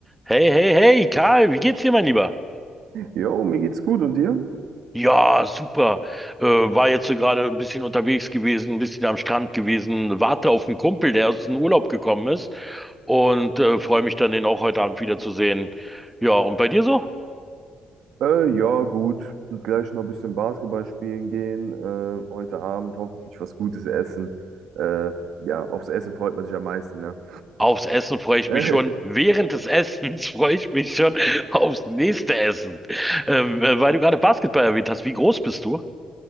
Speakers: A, in the centre; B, on the right.
A: Hey, hey, hey, Karl, wie geht's dir, mein Lieber?
B: Jo, mir geht's gut und dir?
A: Ja, super. Äh, war jetzt so gerade ein bisschen unterwegs gewesen, ein bisschen am Strand gewesen, warte auf einen Kumpel, der aus dem Urlaub gekommen ist und äh, freue mich dann, den auch heute Abend wiederzusehen. Ja, und bei dir so?
B: Äh, ja, gut. Und gleich noch ein bisschen Basketball spielen gehen. Äh, heute Abend hoffentlich was Gutes essen. Äh, ja, aufs Essen freut man sich am meisten, ne?
A: Aufs Essen freue ich
B: <laughs>
A: mich schon. Während des Essens <laughs> freue ich mich schon aufs nächste Essen. Ähm, äh, weil du gerade Basketball erwähnt hast, wie groß bist du?